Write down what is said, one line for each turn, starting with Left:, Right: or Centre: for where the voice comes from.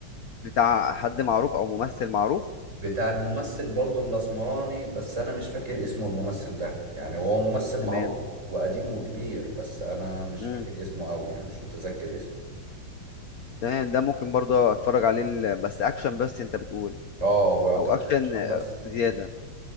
Left: بتاع حد معروف او ممثل معروف
Right: بتاع الممثل برضو الاسمراني بس انا مش فاكر اسمه الممثل ده يعني هو ممثل معروف
Left: تمام
Right: و- وقديم وكبير بس انا مش
Left: مم.
Right: فاكر اسمه قوي يعني مش متذكر اسمه
Left: تمام ده ممكن برضه اتفرج عليه ال- بس اكشن بس انت بتقول
Right: اه هو يعتبر
Left: او اكشن
Right: عشان
Left: آه،
Right: بس
Left: زيادة